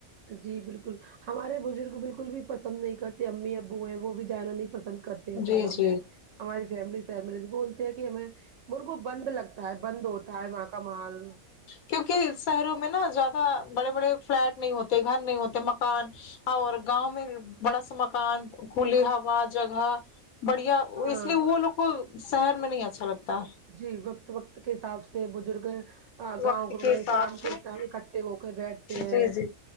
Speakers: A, on the right; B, on the left.
A: جی بالکل ہمارے بزرگ بالکل بھی پسند نہیں کرتے امی ابو ہیں وہ بھی جانا نہیں پسند کرتے ہیں شہروں
B: جی جی
A: میں ہماری فیملی شہر میں بولتے ہیں کہ ہمیں انکو بند لگتا ہے بند ہوتا ہے وہاں کا ماحول
B: کیونکی شہروں میں نا زیادہ بڑے بڑے فلیٹ نہیں ہوتے گھر نہیں ہوتے مکان اور گاؤں میں بڑا سا مکان کھلی ہوا جگہ بڑھیا
A: ہاں
B: اس لیے وہ لوگ کو شہر میں نہیں اچھا لگتا
A: جی وقت وقت کے حساب سے بزرگ
B: وقت
A: گاؤں
B: کے
A: میں
B: حساب
A: شام
B: سے
A: کے ٹم اکٹھے ہو کے بیٹھتے ہیں
B: جی جی